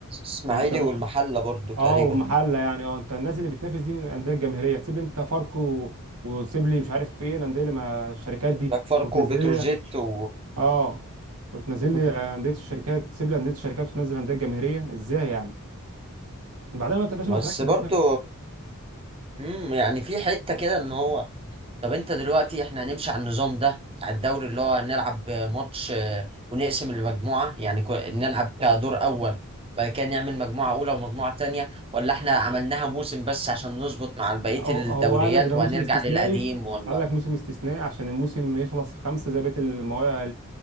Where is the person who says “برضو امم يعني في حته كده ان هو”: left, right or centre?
Right